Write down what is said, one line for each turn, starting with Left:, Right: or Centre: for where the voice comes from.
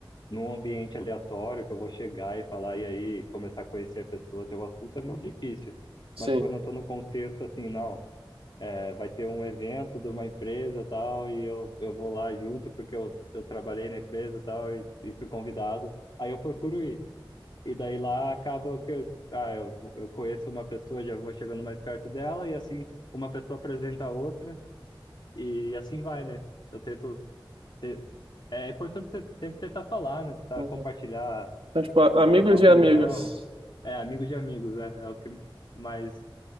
Left: num ambiente aleatório que eu vou chegar e falar e aí começar a conhecer a pessoa, ter o assunto é muito difícil.
Right: sim.
Left: Mas quando eu estou no contexto assim, não, é, vai ter um evento de uma empresa tal e eu, eu vou lá junto porque eu, eu trabalhei na empresa tal e, e fui convidado, aí eu procuro ir. E daí lá acaba que eu, ah, eu, eu conheço uma pessoa, já vou chegando mais perto dela e assim uma pessoa apresenta a outra e assim vai, né? Eu tento ser- é importante você sempre tentar falar, né? Tentar
Right: Uhum.
Left: compartilhar
Right: Então, tipo, a-
Left: compartilhar
Right: amigos
Left: opinião.
Right: de amigas.
Left: É, amigo de amigos, né? É o que mais.